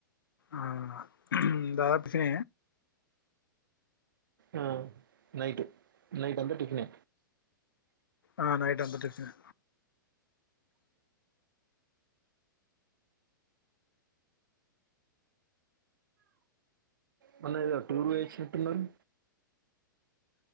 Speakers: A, on the left (about 85°); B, on the right (about 70°).
A: ఐన్ దదాపుిన
B: ఆ! నైట్ నైట్ అంత టిఫని
A: ఆ నైట్ అంత టిఫిన్
B: మొన్న ఏదో టూర్ వేసినట్టున్నారు